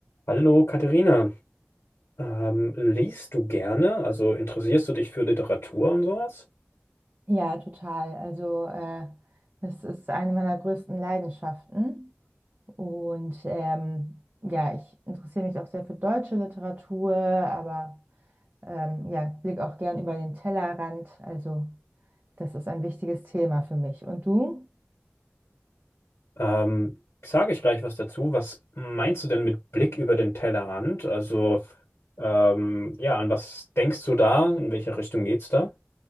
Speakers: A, on the left; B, on the right.
A: Hallo Katharina, ähm, liest du gerne? Also interessierst du dich für Literatur und sowas?
B: Ja, total. Also äh, das ist eine meiner größten Leidenschaften. Und ähm, ja, ich interessiere mich auch sehr für deutsche Literatur, aber ähm, ja, blicke auch gern über den Tellerrand. Also das ist ein wichtiges Thema für mich. Und du?
A: Ähm, sage ich gleich was dazu. Was meinst du denn mit Blick über den Tellerrand? Also ähm, ja, an was denkst du da? In welche Richtung geht's da?